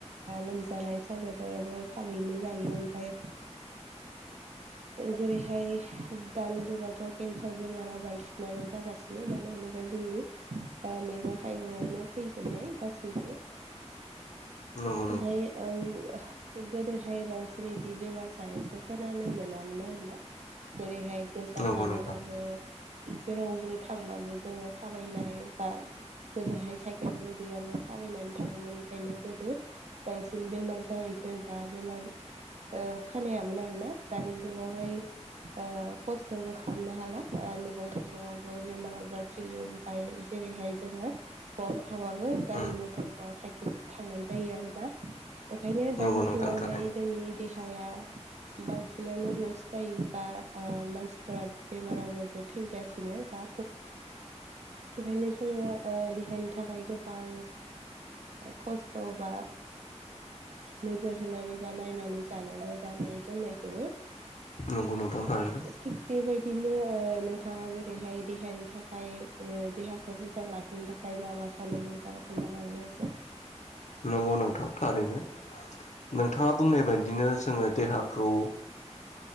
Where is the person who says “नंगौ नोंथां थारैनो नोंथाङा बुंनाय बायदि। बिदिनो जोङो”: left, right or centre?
Left